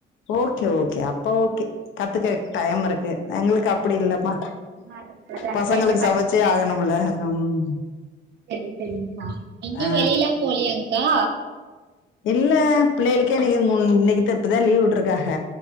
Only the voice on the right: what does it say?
அதனாலதாங்க்கா
இன்னு
சேரி சேரிகா எங்கயும்
வெளிய லாம் போலியேக்கா